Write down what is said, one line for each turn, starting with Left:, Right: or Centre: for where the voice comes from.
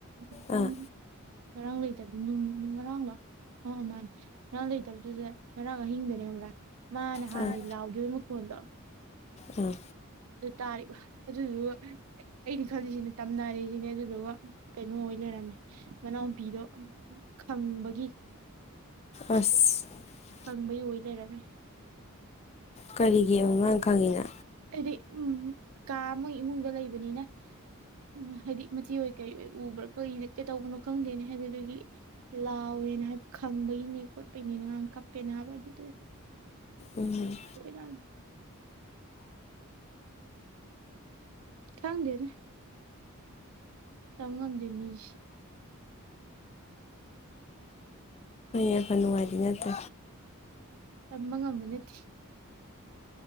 Right: ꯉꯔꯥꯡ
Left: ꯑꯥ
Right: ꯉꯔꯥꯡ ꯂꯩꯇꯕꯗꯤ ꯉꯔꯥꯡꯗꯣ ꯃꯥ ꯃꯥꯅꯦ ꯉꯔꯥꯡ ꯐꯠꯇꯕꯗꯨꯗ ꯉꯔꯥꯡ ꯑꯍꯤꯡꯗꯅꯦ ꯍꯧꯔꯥ ꯃꯥꯅ ꯍꯥꯟꯅ
Left: ꯑꯥ
Right: ꯂꯥꯎꯈꯤꯕꯒꯤ ꯃꯈꯣꯟꯗꯣ
Left: ꯑꯥ
Right: ꯑꯗꯨ ꯇꯥꯔꯤꯕ ꯑꯗꯨꯗꯨ ꯑꯩꯅ ꯈꯜꯂꯤꯁꯤꯅꯦ ꯇꯝꯅꯔꯦꯁꯤꯅꯦ ꯑꯗꯨꯗꯨꯒ ꯀꯩꯅꯣ ꯂꯩꯔꯝꯃꯦ ꯃꯅꯥꯎꯄꯤꯗꯣ ꯈꯪꯕꯒꯤ
Left: ꯑꯁ <inaudible>
Right: ꯈꯪꯕꯩ ꯑꯣꯏꯖꯔꯅꯤ
Left: ꯀꯔꯤꯒꯤ ꯑꯉꯥꯡ ꯈꯪꯉꯤꯅ
Right: ꯍꯥꯏꯗꯤ ꯎꯝ ꯀꯥ ꯃꯣꯏ ꯏꯃꯨꯡꯗ ꯂꯩꯕꯅꯤꯅ ꯎꯝ ꯍꯥꯏꯗꯤ ꯃꯆꯤ ꯑꯣꯏꯣꯏ ꯀꯩ ꯎꯕ꯭ꯔꯥ ꯀꯩ ꯀꯩ ꯇꯧꯕꯅꯣ ꯈꯪꯗꯦꯅꯦ ꯍꯥꯏꯗꯤ ꯑꯗꯨꯒꯤ ꯂꯥꯎ <inaudible> ꯦꯅ ꯍꯥꯏꯕ ꯈꯪꯕꯒꯤꯅꯦ ꯈꯣꯠꯄꯩꯅꯦ ꯑꯉꯥꯡ ꯀꯞꯄꯦꯅ ꯍꯥꯏꯕ ꯑꯗꯨꯗꯨ
Left: ꯎꯝ
Right: ꯑꯣꯏꯣꯏ ꯔ <inaudible> ꯆꯥꯡꯒꯂꯤꯅꯦ ꯇꯃꯝ ꯅꯤꯁ
Left: ꯍꯄ ꯅꯨꯡꯉꯔꯤꯅꯠꯇꯣ
Right: ꯇꯃꯉꯥ ꯃꯤꯅꯠ